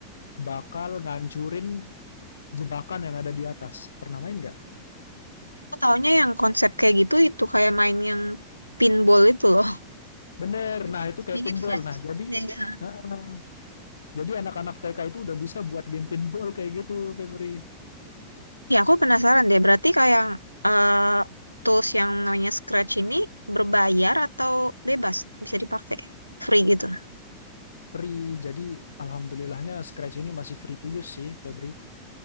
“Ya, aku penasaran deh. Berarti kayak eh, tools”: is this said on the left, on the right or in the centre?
Right